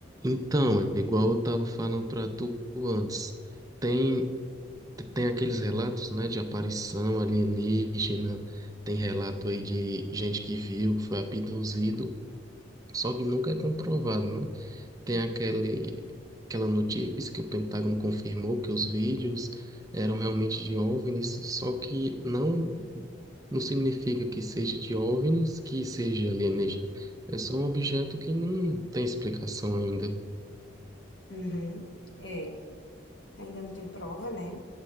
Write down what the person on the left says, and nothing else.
É.
Uhum, é, ainda não tem prova, né?